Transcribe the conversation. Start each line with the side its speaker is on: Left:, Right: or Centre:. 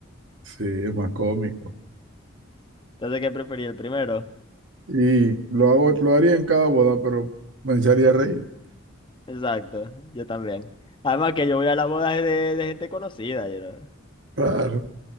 Right: Sí, es más cómico.
Left: Entonces, ¿qué preferí? El primero.
Right: Y lo hago, lo haría en cada boda, pero me echaría a reír.
Left: Exacto, yo también. Además que yo voy a las bodas de, de gente conocida, you know.
Right: Claro.